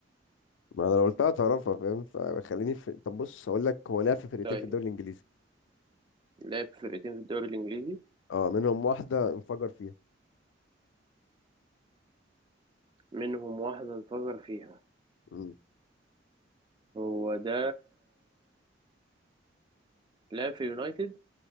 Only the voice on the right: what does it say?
طيب
لعب في فرقتين في الدوري الإنجليزي
منهم واحدة انفجر فيها
هو ده لعب في اليونايتد